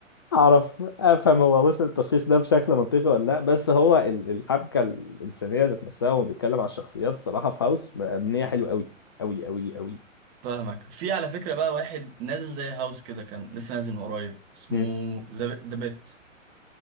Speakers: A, on the left; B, on the right.
A: اعرف افهم هو وصل التشخيص ده بشكل منطقي ولا لا بس هو ال- الحبكه الانسانيه ذات نفسها وهو بيتكلم على الشخصيات الصراحه في هاوس مبنيه حلو قوي قوي قوي قوي
B: فاهمك في على فكره بقى واحد نازل زي هاوس كده كان لسه نازل من قريب اسمه
A: مم.
B: ذا بيت